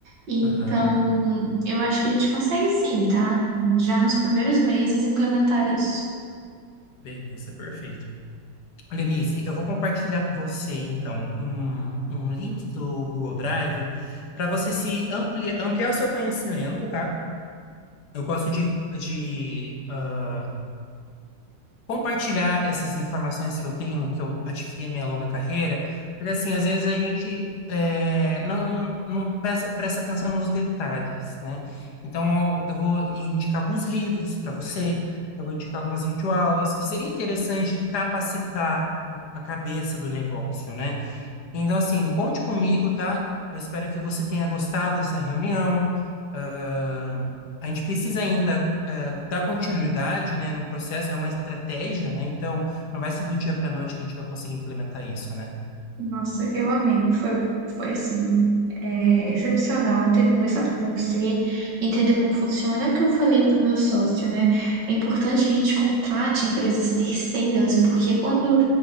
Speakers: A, on the right; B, on the left.
A: Então,
B: aham.
A: eu acho que a gente consegue sim, tá? Já nos primeiros meses implementar isso.
B: Beleza, perfeito. Lenice, eu vou compartilhar com você, então, um, um link do Google Drive para você se amplia, ampliar o seu conhecimento, tá? Eu gosto de, de ah, compartilhar essas informações que eu tenho, que eu adquiri em minha longa carreira, porque assim, às vezes a gente é, não, não presta, presta atenção nos detalhes, né? Então, eu, eu vou indicar alguns livros para você, eu vou indicar algumas videoaulas, que seria interessante capacitar o- a cabeça do negócio, né? Então, assim, conte comigo, tá? Eu espero que você tenha gostado dessa reunião. Ah, a gente precisa ainda, eh, dar continuidade, né, no processo, é uma estratégia, né? Então, não vai ser do dia para noite que a gente vai conseguir implementar isso, né?
A: Nossa, eu amei. Foi, foi assim, é, excepcional ter conversado com você, entender como funciona. É o que eu falei para o meu sócio, né? É importante que a gente contrate empresas terceiras, porque quando